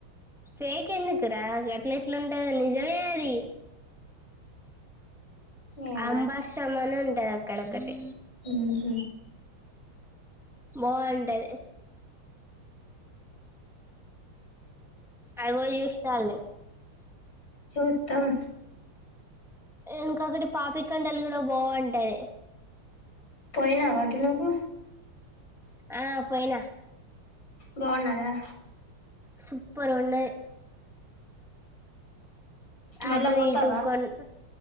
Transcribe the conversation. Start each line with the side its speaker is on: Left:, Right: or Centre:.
Centre: ఫేక్ ఎందుకురా గ అట్ల ఎట్లుంటందో నిజమే అది
Left: ఏమో
Centre: అంబాశ్రమాని ఉంటది అక్కడ ఒకటి
Left: ఆహ
Centre: బాగుంటది అగొ జూస్తానండు
Left: చూద్దం
Centre: ఇంకోకటి పాపికొండలు కూడా బాగుంటాయి
Left: పోయినా వాటు నువ్వు
Centre: ఆ పోయినా
Left: బగున్నయ
Centre: సూపర్ ఉన్నాయి ఆటు
Left: మళ్ళా పోతావా
Centre: ఇటు కొండలు